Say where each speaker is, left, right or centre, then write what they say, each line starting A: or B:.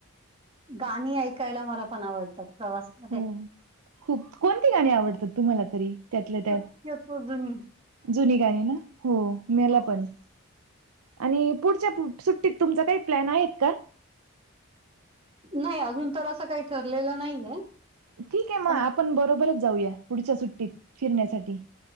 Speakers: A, on the right (about 25°); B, on the right (about 80°).
A: गाणी ऐकायला मला पण आवडतात प्रवासमध्ये.
B: हो खूप कोणती गाणी आवडतात तुम्हाला तरी त्यातल्या त्यात.
A: शक्यतो जुनी
B: जुनी गाणी ना हो मेला
A: हो
B: पण. आणि पुढच्या सुट्टीत तुमचा काही प्लॅन आहेत का
A: नाही अजून तर असं काही ठरलेलं नाहीये
B: ठीक आहे मग
A: पण
B: आपण बरोबरच जाऊया पुढच्या सुट्टीत फिरण्यासाठी